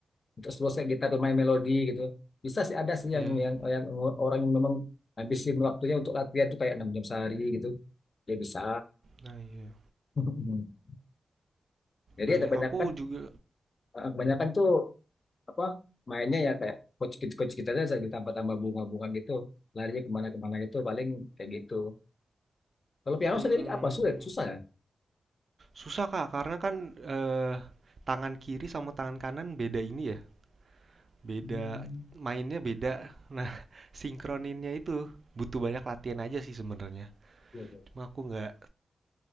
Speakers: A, on the left; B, on the right.
A: Untuk selesai gitar bermain melodi gitu bisa sih ada sih
B: Iya,
A: yang
B: iya.
A: yang yang orang yang memang habisin waktunya untuk latihan tuh kayak enam jam sehari gitu dia bisa
B: nah iya.
A: <laughs> jadi
B: Nah,
A: ada
B: iya.
A: banyak
B: aku
A: kan
B: juga
A: eh, kebanyakan tuh apa mainnya ya kayak coach kita coach kita aja ditambah-tambah bunga-bunga gitu larinya kemana-kemana gitu paling kayak gitu kalau piano
B: hmm,
A: sendiri apa sulit
B: hmm.
A: susah ya
B: susah Kak karena kan eh tangan kiri sama tangan kanan beda ini ya. Beda
A: Hmm.
B: mainnya beda. Nah, <laughs> sinkroninnya itu butuh banyak latihan aja sih sebenarnya.
A: Iya, iya.
B: Cuma aku nggak